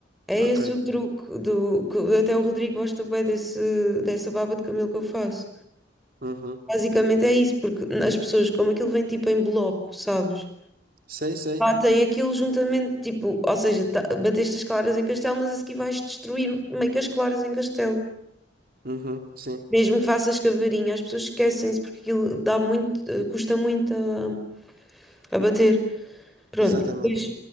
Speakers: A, in the centre; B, on the right.
A: É
B: ok.
A: esse o truque do que até o Rodrigo gosta bem desse, dessa baba de camelo que eu faço.
B: Uhum.
A: Basicamente é isso, porque as pessoas, como aquilo vem tipo em bloco, sabes?
B: Sei, sei.
A: Batem aquilo juntamente, tipo, ou seja, tá- bateste as claras em castelo, mas a seguir vais destruir meio que as claras em castelo.
B: Uhum. Sim,
A: Mesmo que faças cavarinha, as pessoas esquecem-se porque aquilo dá muito, eh, custa muito a, a bater. Pronto,
B: exatamente.
A: depois